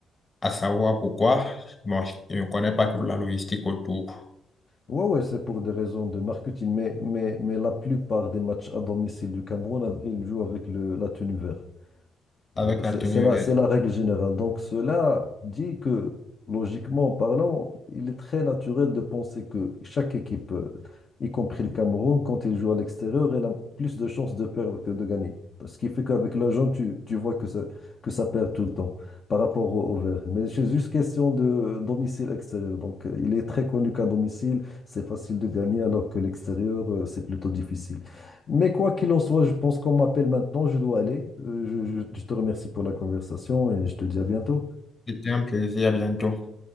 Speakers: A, on the left; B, on the left.
A: à savoir pourquoi. Bon, je je ne connais pas toute la logistique autour.
B: ouais, ouais, c'est pour des raisons de marketing, mais, mais, mais la plupart des matchs à domicile du Cameroun, ils jouent avec le, la tenue verte.
A: Avec
B: Voilà,
A: la
B: C'est
A: tenue
B: c'est la,
A: verte.
B: c'est la règle générale. Donc cela dit que, logiquement parlant, il est très naturel de penser que chaque équipe, euh, y compris le Cameroun, quand il joue à l'extérieur, elle a plus de chances de perdre que de gagner. Ce qui fait qu'avec l'argent, tu, tu vois que ça, que ça perd tout le temps par rapport au, au vert. Mais c'est juste question de domicile extérieur. Donc euh, il est très connu qu'à domicile, c'est facile de gagner alors que l'extérieur, euh, c'est plutôt difficile. Mais quoi qu'il en soit, je pense qu'on m'appelle maintenant, je dois aller. Euh, je je- je te remercie pour la conversation et je te dis à bientôt.
A: C'était un plaisir, à bientôt.